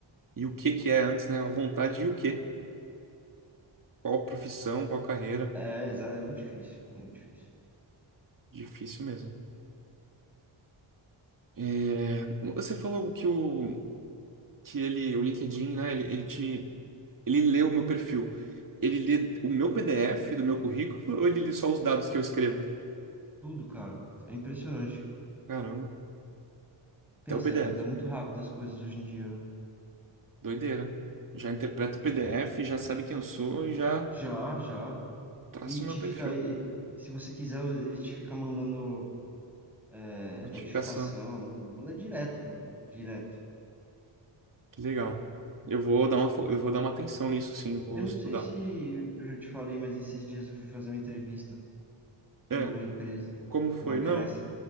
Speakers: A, on the right; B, in the centre.
A: E o que que é antes, né? A vontade e o quê? Qual profissão, qual carreira?
B: É, é, exa- é muito difícil, é muito difícil.
A: Difícil mesmo. É, Você falou que o que ele, o LinkedIn, né? Ele, ele te Ele lê o meu perfil. Ele lê o meu PDF do meu currículo ou ele lê só os dados que eu escrevo?
B: Tudo, cara. É impressionante.
A: Caramba,
B: Pensa,
A: até o PDF.
B: tá muito rápido as coisas hoje em dia, né?
A: Doideira. Já interpreta o PDF, já sabe quem eu sou e já
B: Já, já.
A: traça
B: E
A: o
B: te
A: meu perfil.
B: fica. E, e se você quiser, ele te fica mandando é,
A: Notificação.
B: notificação, manda, manda direto pra mim, direto.
A: Que legal. Eu vou dar uma, fo- eu vou dar uma atenção nisso, sim, eu vou
B: Eu não
A: estudar.
B: sei se eu já te falei, mas esses dias eu fui fazer uma entrevista por
A: É,
B: uma empresa
A: como foi?
B: na Grécia.
A: Não,